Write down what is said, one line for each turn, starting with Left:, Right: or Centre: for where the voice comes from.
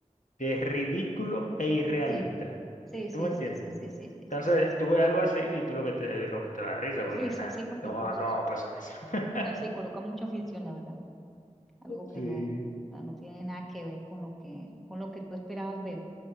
Left: de ridículo e irrealista.
Centre: sí. Sí, sí,
Left: ¿Tú me entiendes?
Centre: sí, sí, sí, sí, sí, sí,
Left: Entonces,
Centre: sí, sí.
Left: tú ves algo así y tú lo que te, lo que te da risa,
Centre: Es
Left: porque
Centre: risa,
Left: nada,
Centre: sí, porque
Left: no, ¿cómo
Centre: tú dices,
Left: va a pasar eso? <laughs>
Centre: así coloca mucha ficción, la verdad. Algo
Left: Sí.
Centre: que no, o sea, no tiene nada que ver con lo que, con lo que tú esperabas ver.